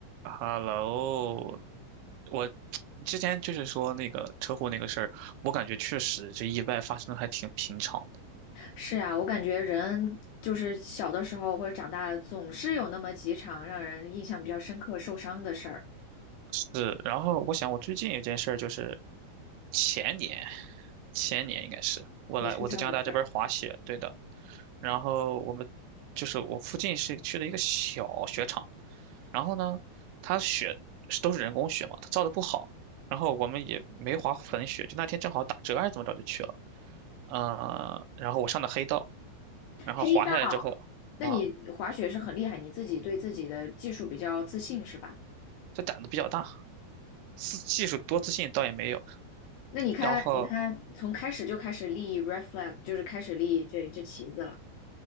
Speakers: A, on the right; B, on the left.
A: Hello，我之前就是说那个车祸那个事儿，我感觉确实这意外发生的还挺平常的。
B: 是啊，我感觉人就是小的时候或者长大了，总是有那么几场让人印象比较深刻、受伤的事儿。
A: 是，然后我想我最近有件事儿就是前年，前年应该是我来我在加拿大这边儿滑雪，
B: 你受伤的事儿，
A: 对的。然后我们就是我附近是去了一个小雪场，然后呢，它雪是都是人工雪嘛，它造的不好，然后我们也没滑粉雪，就那天正好打折还是怎么着就去了。呃，然后我上的黑道，然后滑下来之后
B: 黑道，那你滑雪是很厉害，
A: 啊，
B: 你自己对自己的技术比较自信是吧？
A: 这胆子比较大，自技术多自信倒也没有。
B: 那你看，
A: 然后
B: 你看，从开始就开始立 r e flag，就是开始立这这旗子了。